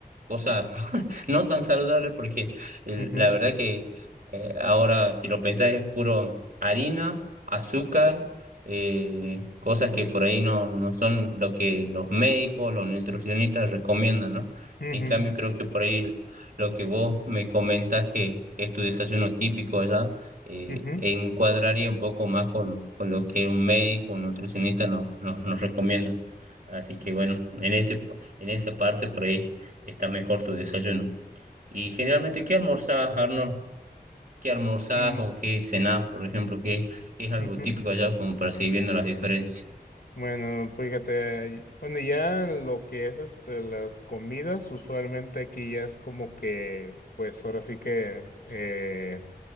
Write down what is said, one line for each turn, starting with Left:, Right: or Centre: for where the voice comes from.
Right: cosas <laughs> no tan saludables porque eh,
Left: ujú,
Right: la verdad que eh, ahora, si lo pensás, es puro harina, azúcar, eh, cosas que por ahí no, no son lo que los médicos, los nutricionistas recomiendan, ¿no?
Left: ujú,
Right: En cambio, creo que por ahí lo que vos me comentás que es tu desayuno típico allá eh,
Left: ujú, ujú,
Right: encuadraría un poco más con, con lo que un médico, un nutricionista nos, nos, nos recomienda. Así que bueno, en ese, en esa parte por ahí está mejor tu desayuno. Y generalmente, ¿qué almorzás, Arnold? ¿Qué almorzás
Left: mm,
Right: o qué cenás, por ejemplo? ¿Qué, qué es algo
Left: ujú.
Right: típico allá como para seguir viendo las diferencias?
Left: Bueno, fíjate, y- bueno, ya lo que es este, las comidas, usualmente aquí ya es como que, pues ahora sí que, eh,